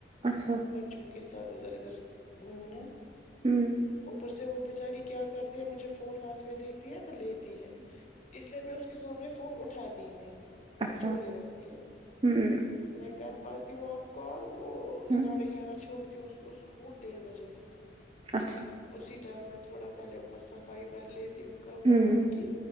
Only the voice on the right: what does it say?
اچھا
ہوں
اچھا
ہوں
ہوں
اچھا
ہوں